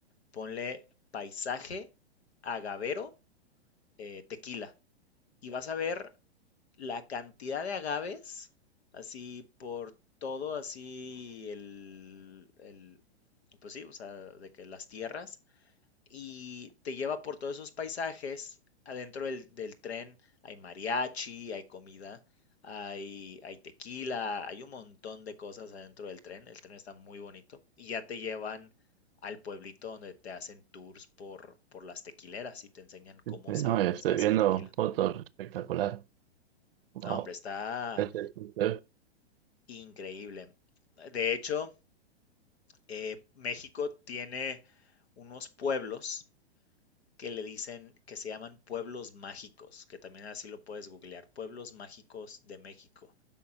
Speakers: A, on the left; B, on the right.
A: ponle paisaje agavero eh, Tequila y vas a ver la cantidad de agaves así por todo así el, el pues sí, o sea, de que las tierras y te lleva por todos esos paisajes. Adentro del, del tren hay mariachi, hay comida, hay, hay tequila, hay un montón de cosas adentro del tren. El tren está muy bonito y ya te llevan al pueblito donde te hacen tours por, por las tequileras y te enseñan cómo
B: No,
A: se,
B: yo estoy
A: se hace
B: viendo
A: el tequila.
B: fotos, espectacular. Wow.
A: No, hombre, está
B: Sí, sí, sí, sí.
A: increíble. De hecho, eh, México tiene unos pueblos que le dicen que se llaman pueblos mágicos, que también así lo puedes googlear, pueblos mágicos de México.